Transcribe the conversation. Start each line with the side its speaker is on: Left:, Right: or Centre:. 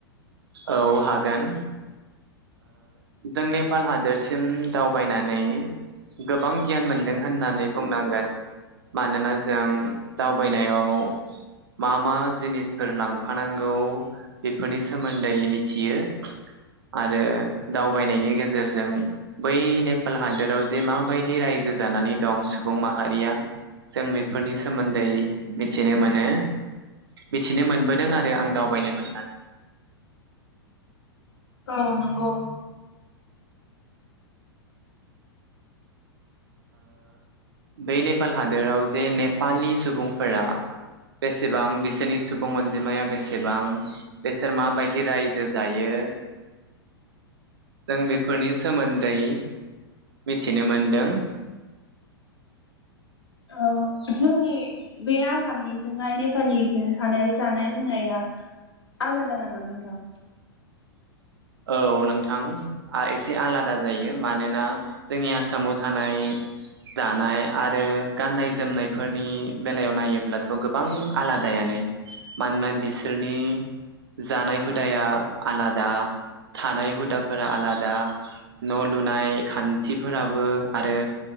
Right: औ हागोन। जों नेपाल हादोरसिम दावबायनानै गोबां गियान मोनदों होननानै बुंनांगोन मानोना जों दावबायनायाव मा मा जिनिसफोर लांफानांगौ बेफोरनि सोमोन्दै मिथियो आरो दावबायनायनि गेजेरजों बै नेपाल हादोराव जे माबायदि रायजो जानानै दं सुबुं माहारिया जों बेफोरनि सोमोन्दै मिथिनो मोनो मिथिनो मोनबोदों आरो आं दावबायनो मोनना
Left: औ नंगौ।
Right: बे नेपाल हादोराव जे नेपालि सुबुंफोरा बेसेबां बिसोरनि सुबुं अनजिमाया बेसेबां बिसोर माबायदि रायजो जायो जों बेफोरनि सोमोन्दै मिथिनो मोनदों।
Left: औ जोंनि बे आसामनि जोंहा नेपालनिजों थानाय जानाय लोंनाया आलादा नामा नोंथां?
Right: औ नोंथां एसे आलादा जायो मानोना जोंनि आसामाव थानाय जानाय आरो गाननाय जोमनायफोरनि बेलायाव नायोब्लाथ' गोबां आलादायानो मानोना बिसोरनि जानाय हुदाया आलादा। थानाय हुदाफोरा आलादा न' लुनाय खान्थिफोराबो आरो